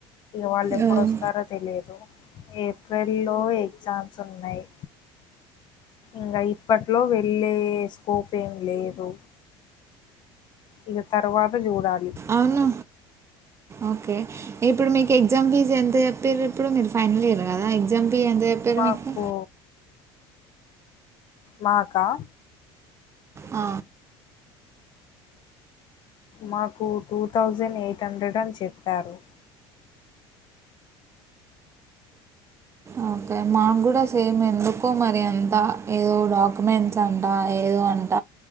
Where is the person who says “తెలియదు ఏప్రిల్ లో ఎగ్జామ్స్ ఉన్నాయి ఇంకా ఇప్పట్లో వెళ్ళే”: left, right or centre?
Left